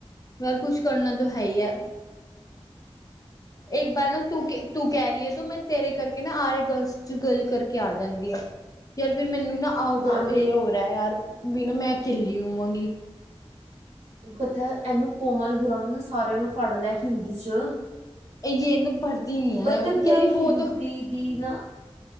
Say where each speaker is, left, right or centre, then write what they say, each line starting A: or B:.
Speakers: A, on the left; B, on the right.
A: ਯਾਰ ਕੁਛ ਕਰਨਾ ਤੋਂ ਹੈਈ ਐ। ਇੱਕ ਬਾਰ ਨਾ ਤੂੰ ਤੂੰ ਕਹਿ ਰਹੀ ਐ ਤੂੰ ਮੈਂ ਤੇਰੇ ਕਰਕੇ ਨਾ ਆ <unintelligible> ਚ ਗੱਲ ਕਰਕੇ ਆ ਜਾਂਦੀ ਆ ਆਰ ਫੇਰ ਮੈਨੂੰ ਨਾ ਆਗ
B: ਹਾਂ
A: ਇਹ
B: ਨਹੀਂ
A: ਹੋ ਰਹਾ ਯਾਰ ਵੀ ਨਾ ਮੈਂ ਇਕੱਲੀ ਹੋਵਾਂਗੀ।
B: ਪਤਾ ਇਹਨੂੰ ਕੋਮਲ ਹੋਰਾ ਨੂੰ ਸਾਰਿਆਂ ਨੂੰ ਫੜ ਲੈ ਹਿੰਦੀ ਚ।
A: ਏ ਜੇ ਨਾ ਪੜਦੀ ਨੀ ਐ
B: ਪਤਾ ਕਿਆ
A: ਕਹਿ ਹੀ ਬਹੁਤ।
B: ਹਿੰਦੀ ਦੀ ਨਾ